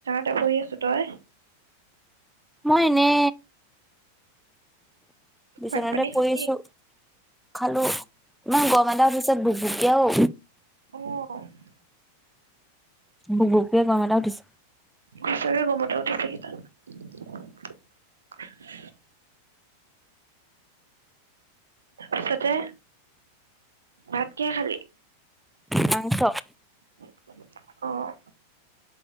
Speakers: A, on the right; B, in the centre.
A: ত শুই আছো তই?
B: মই এনে বিচনাতে
A: ভাত পানী খালি
B: পৰি আছো। খালো, ইমান গৰম এটা উঠিছে বুক-বুকীয়া ঔ।
A: <unintelligible>
B: বুক-বুককে গৰম এটা উঠিছ
A: সঁচাকে গৰম এটা উঠিছে <unintelligible> <inaudible> তাৰপিছতে ভাত কিহে খালি?
B: মাংস।
A: অ'।